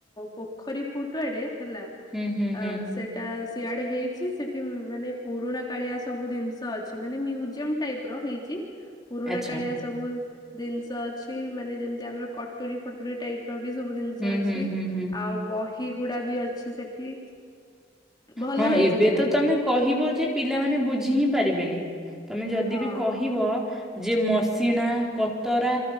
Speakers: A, on the left; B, in the centre.
A: ପୋଖରୀଫୁଟ ଆଡେ ହେଲା।
B: ହୁଁ, ହୁଁ,
A: ଅ
B: ହୁଁ।
A: ସେଠ୍ ସେଟା ସିଆଡେ ହେଇଚି ସେଠି ମାନେ ପୁରୁଣାକାଳିଆ ସବୁ ଜିନିଷ ଅଛି ମାନେ ମ୍ୟୁଜିୟମ ଟାଇପ୍ ର ହେଇ ଚି ପୁରୁଣାକାଳିଆ
B: ଆଚ୍ଛା।
A: ସବୁ ଜିନିଷ ଅଛି ମାନେ ଯେମତି ଆମର କଟୁରୀ ଫଟୁରୀ ଟାଇପ୍ ର ବି ସବୁ ଜିନିଷ
B: ହୁଁ,
A: ଅଛି
B: ହୁଁ, ହୁଁ, ହୁଁ।
A: ଆଉ ବହି ଗୁଡାବି ଅଛି ସେଠି। ଭଲ
B: ହଁ
A: ହେଇଛି
B: ଏବେ
A: ଜାଗା
B: ତ
A: ଟା।
B: ତମେ କହିବ ଯେ ପିଲାମାନେ ବୁଝି ହିଁ ପାରିବେନି ତମେ ଯଦି
A: ହଁ
B: ବି କହିବ। ଯେ ମସିଣା କତରା